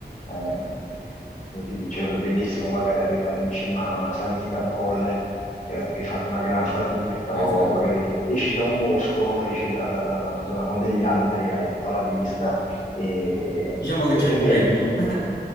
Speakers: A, on the left; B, on the left.
A: eh, come ti dicevo, è bellissimo magari arrivare in cima a una salita, a un colle, è vero che hai fatto una gran fatica, però
B: esatto.
A: magari esci da un bosco, esci da, da- da una zona con degli alberi, hai tutta la vista, e,
B: Diciamo che
A: e-
B: c'è
A: è
B: il
A: bello.
B: premio. <laughs>